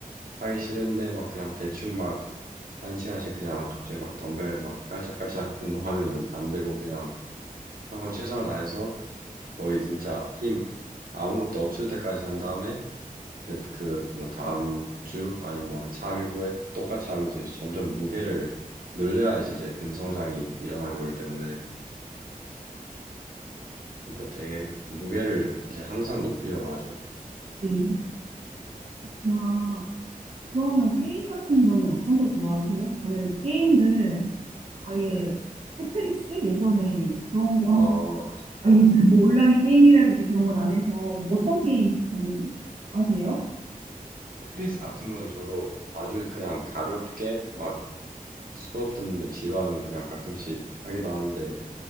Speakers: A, on the right; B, on the right.
A: 하기 싫은데 막 그냥 대충 막 한 시간씩 그냥 갑자기 막 덤벨 막 깔짝깔짝 운동하면 안 되고 그냥 항상 최선을 다해서 거의 진짜 힘 아무것도 없을 때까지 한 다음에 이제 그 뭐 다음 주 아니면 뭐 한 3일 후에 똑같이 하면서 이제 점점 무게를 늘려야지 이제 근성장이 일어나는 거기 때문에 그러니까 되게 무게를 이제 항상 높이려고 하죠.
B: 네. 나 그러면 게임 같은 거는 어떤 거 좋아하세요? 저는 게임을 아예
A: 네.
B: 테트리스 예전에 그런 거
A: 어,
B: 한번 아니, 뭐 온라인 게임이라든지 그런 건 안 해서 어떤 게임 보통 하세요?
A: 패트리스 같은 거는 저도 아주 그냥 가볍게 막 수업 듣는데 지루하면 그냥 가끔씩 하기도 하는데